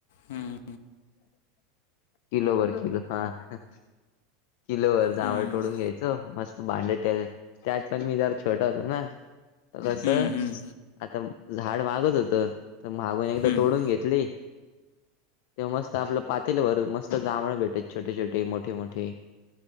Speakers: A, on the left; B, on the left.
A: हम्म
B: किलोभर किलो हां किलोभर
A: हम्म
B: जांभळ तोंडून घ्यांयचे मस्तं भांड त्यांत पणं मी जरं छोटां होतो नां तरं कसं.
A: हम्म हम्म
B: आंता झाडं मागतं होतं तरं मागूंन एकदां
A: हम्म
B: तोडूंन घेतली. तेंव्हा मस्तं आपलं पातेलभर मस्तं जांभळं भेटतं छोटे छोटे मोठे मोठे